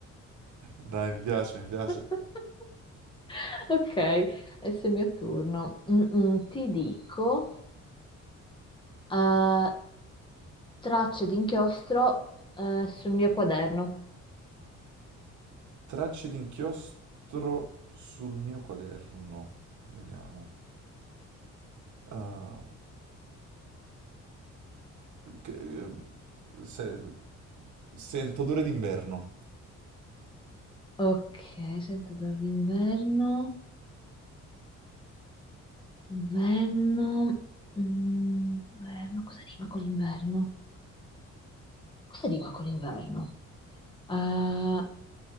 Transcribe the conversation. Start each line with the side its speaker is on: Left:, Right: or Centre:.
Right: Dai, mi piace, mi piace.
Left: <laughs> Ok, adesso è il mio turno. Mm, mm, ti dico, eh, tracce di inchiostro, eh, sul mio quaderno.
Right: Tracce di inchiostro sul mio quaderno. Vediamo. Ah, che- eh, se- sento odore d'inverno.
Left: Ok, sentatore d'inverno. Inverno. mm, Inverno. Cosa rima con l'inverno? Cosa rima con l'inverno? Ah,